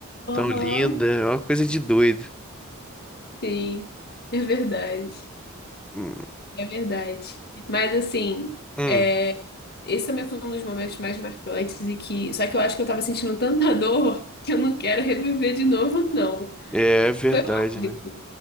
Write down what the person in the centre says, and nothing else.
tão linda, é uma coisa de doido.
Hum,
hum,
é, é verdade,
né?